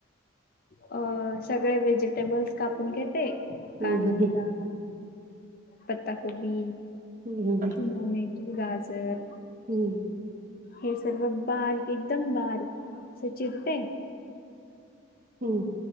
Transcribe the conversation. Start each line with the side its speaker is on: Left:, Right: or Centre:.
Left: अ सगळे व्हेजिटेबल्स कापून घेते. कांदा
Right: हम्म
Left: पत्ता कोबी,
Right: हम्म
Left: शिमला मिर्च, गाजर.
Right: हम्म,
Left: हे सर्व बारीक एकदम बारीक असं चिरते.
Right: हम्म